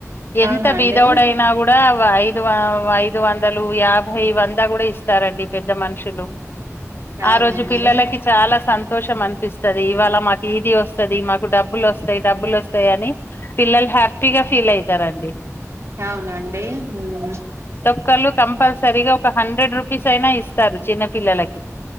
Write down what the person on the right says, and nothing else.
అవునా అండి
అవునా
అండి
అవునండి ఉమ్